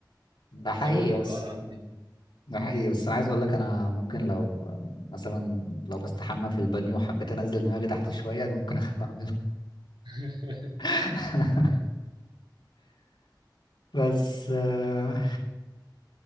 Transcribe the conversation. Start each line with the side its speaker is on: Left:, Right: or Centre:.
Left: ده حقيقي
Right: فزودت الحوار
Left: بس
Right: عندي
Left: ده حقيقي بس انا عايز اقول لك انا ممكن لو مثلا لو بستحمى في البانيو وحبيت انزل دماغي تحت شويه انا ممكن اخاف اعملها
Right: <laughs>
Left: <laughs> بس آه،